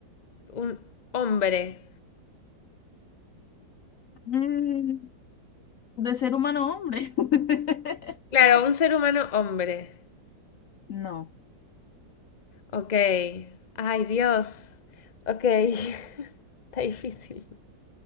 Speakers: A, on the left; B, on the left.
A: un hombre.
B: Mm, De ser humano, hombre. <laughs>
A: Claro, un ser humano hombre.
B: No.
A: Ok. Ay, Dios. Ok. <laughs> Está difícil.